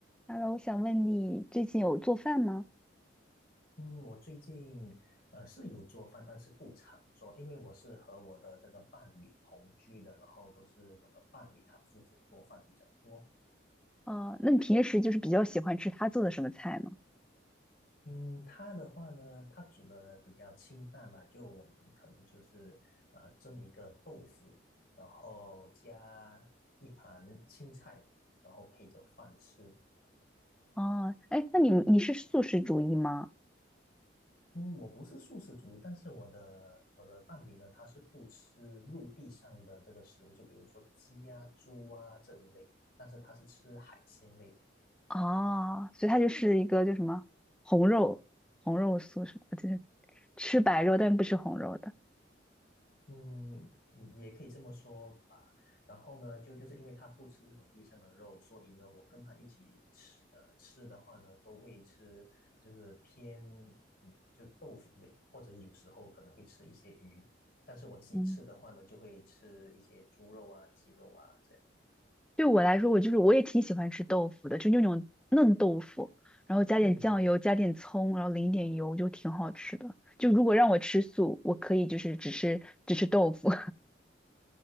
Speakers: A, in the centre; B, on the left.
A: Hello，我想问你最近有做饭吗？
B: 嗯，我最近呃是有做饭，但是不常做，因为我是和我的这个伴侣同居的，然后都是我的伴侣他负责做饭比较多。
A: 哦，那你平时就是比较喜欢吃他做的什么菜吗？
B: 嗯，他的话呢，他煮的比较清淡嘛，就我们可能就是呃蒸一个豆腐，然后加一盘青菜，然后配着饭吃。
A: 哦，哎，那你你是素食主义吗？
B: 嗯，我不是素食主义，但是我的我的伴侣呢，他是不吃陆地上的这个食物，就比如说鸡啊、猪啊这一类，但是他是吃海鲜类的。
A: 哦，所以他就是一个叫什么红肉红肉素食，就是吃白肉但不吃红肉的。
B: 嗯，嗯也可以这么说吧。然后呢，就就是因为他不吃这种地上的肉，所以呢，我跟他一起吃，呃，吃的话呢，都会吃就是偏嗯，就豆腐类，或者有时候可能会吃一些鱼，但是我自己吃的话呢，
A: 嗯，
B: 就会吃一些猪肉啊、鸡肉啊这样。
A: 对我来说，我就是我也挺喜欢吃豆腐的，就那种嫩豆腐，然后加点酱油，
B: 对对对。
A: 加点葱，然后淋一点油，就挺好吃的。就如果让我吃素，我可以就是只吃只吃豆腐。